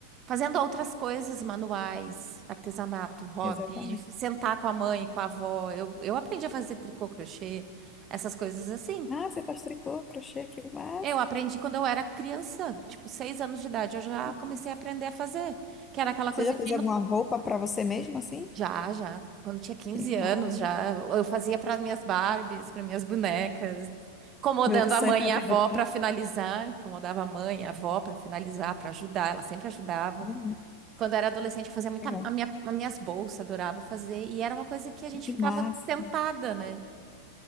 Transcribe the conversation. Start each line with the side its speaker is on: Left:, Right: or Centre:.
Right: fazendo outras coisas manuais, artesanato, hobby,
Left: Exatamente.
Right: sentar com a mãe, com a avó. Eu, eu aprendi a fazer tricô, crochê, essas coisas assim.
Left: Ah, você faz tricô, crochê, que massa.
Right: Eu aprendi quando eu era criança, tipo, seis anos de idade, eu já comecei
Left: Nossa.
Right: a aprender a fazer, que era aquela
Left: Você
Right: coisa
Left: já fez
Right: de
Left: alguma roupa pra você mesmo, assim?
Right: Já, já. Quando tinha quinze
Left: Que massa.
Right: anos, já eu fazia para minhas Barbies, para minhas bonecas, incomodando
Left: Meu sonho
Right: a mãe
Left: é fazer
Right: e a avó
Left: roupa.
Right: para finalizar, incomodava a mãe, e a avó para finalizar, para ajudar, elas sempre ajudavam.
Left: Uhum,
Right: Quando eu era adolescente, eu fazia muita
Left: legal.
Right: a minha, as minhas bolsas, adorava fazer, e era uma coisa que a gente
Left: Que
Right: ficava
Left: massa.
Right: sentada, né?